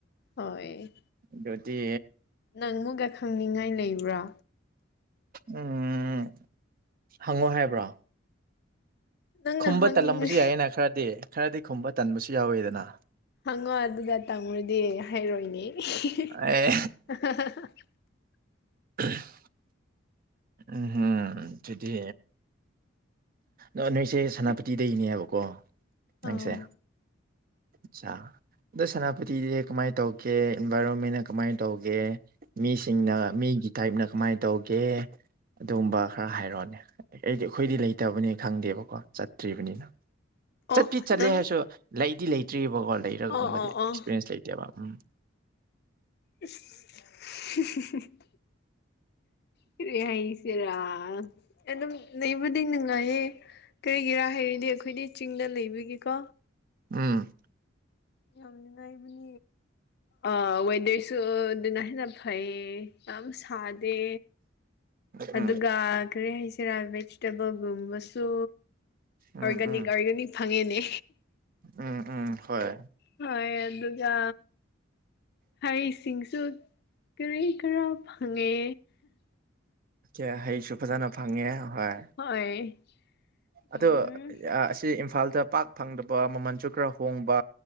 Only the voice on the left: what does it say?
ꯍꯣꯏ
ꯅꯪ ꯃꯨꯛꯒ ꯈꯪꯅꯤꯡꯉꯥꯏ ꯂꯩꯕ꯭ꯔꯥ
ꯅꯪꯅ
ꯍꯪꯅꯤꯡꯉꯦ
ꯍꯪꯉꯣ ꯑꯗꯨꯗ ꯇꯝꯔꯗꯤ ꯍꯥꯏꯔꯣꯏꯅꯦ <unintelligible>
ꯑꯧ
ꯑꯣ
ꯅꯪ
ꯑꯣ ꯑꯣ ꯑꯣ
ꯏꯁ <unintelligible> <unintelligible> ꯀꯔꯤ ꯍꯥꯏꯁꯤꯔ ꯑꯗꯨꯝ ꯂꯩꯕꯗꯤ ꯅꯨꯡꯉꯥꯏꯌꯦ ꯀꯔꯤꯒꯤꯔ ꯍꯥꯏꯔꯗꯤ ꯑꯩꯈꯣꯏꯗꯤ ꯆꯤꯡꯗ ꯂꯩꯕꯒꯤꯀꯣ
ꯌꯥꯝ ꯅꯨꯡꯉꯥꯏꯕꯅꯤ ꯑ ꯋꯦꯗꯔꯁꯨ ꯑꯗꯨꯅ ꯍꯦꯟꯅ ꯐꯩꯌꯦ ꯌꯥꯝ ꯁꯥꯗꯦ
ꯑꯗꯨꯒ ꯀꯔꯤ ꯍꯥꯏꯁꯤꯔ ꯕꯤꯖꯤꯇꯦꯕꯜꯒꯨꯝꯕꯁꯨ
ꯑꯣꯔꯒꯥꯅꯤꯛ
ꯑꯣꯔꯒꯥꯅꯤꯛ ꯐꯪꯉꯦꯅꯦ
ꯍꯣꯏ ꯑꯗꯨꯒ ꯍꯩ ꯁꯤꯡꯁꯨ ꯀꯔꯤ ꯀꯔ ꯐꯪꯉꯦ
ꯍꯣꯏ ꯎꯝ